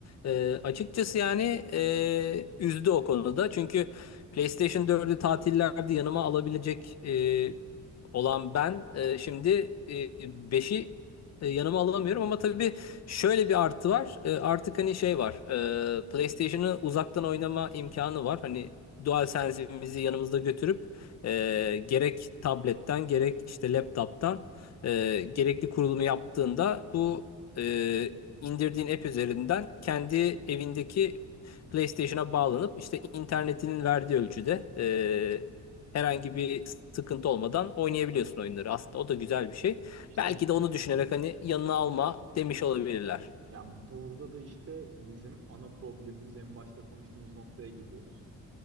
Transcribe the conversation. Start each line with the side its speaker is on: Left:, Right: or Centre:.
Left: E, açıkçası yani e, üzdü o konuda. Çünkü PlayStation 4'ü tatillerde yanıma alabilecek e, olan ben e, şimdi e, 5'i e, yanıma alamıyorum ama tabii şöyle bir artı var. E, artık hani şey var. E, PlayStation'ı uzaktan oynama imkanı var. Hani DualSense'imizi yanımızda götürüp e, gerek tabletten gerek işte laptop'tan e, gerekli kurulumu yaptığında bu e, indirdiğin app üzerinden kendi evindeki PlayStation'a bağlanıp işte internetinin verdiği ölçüde e, herhangi bir sıkıntı olmadan oynayabiliyorsun oyunları. Aslında o da güzel bir şey.
Right: İşte
Left: Belki de onu düşünerek hani yanına alma demiş olabilirler.
Right: yani burada da işte bizim ana problemimiz en başta konuştuğumuz noktaya geliyoruz.